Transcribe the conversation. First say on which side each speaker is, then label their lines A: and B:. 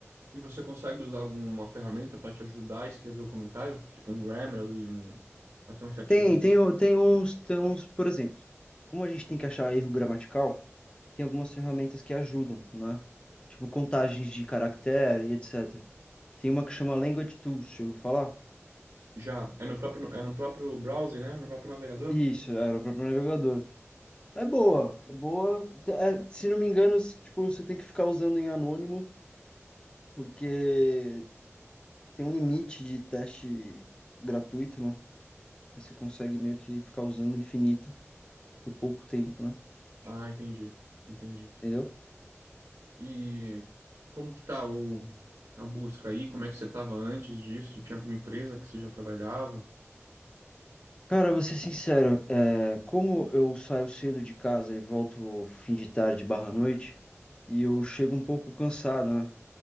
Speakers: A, on the right; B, on the left.
A: E você consegue usar alguma ferramenta para te ajudar a escrever o comentário? Tipo um Grammarly, um... até um ChatGPT?
B: Tem, tem, o- tem uns, tem uns, por exemplo, como a gente tem que achar erro gramatical, tem algumas ferramentas que ajudam, né? Tipo contagens de caractere e etc. Tem uma que chama Language Tools, deixa eu falar.
A: Já. É no próprio, é no próprio browser, né? No próprio navegador?
B: Isso, era para navegador. É boa, é boa. Te- é, se não me engano, s- tipo, você tem que ficar usando em anônimo, porque tem um limite de teste gratuito, né? Aí você consegue meio que ficar usando infinito por pouco tempo, né?
A: Ah, entendi. Entendi.
B: Entendeu?
A: E como que tá o, a busca aí? Como é que você estava antes disso? Tinha alguma empresa que você já trabalhava?
B: Cara, vou ser sincero, é, como eu saio cedo de casa e volto fim de tarde barra noite, e eu chego um pouco cansado, né?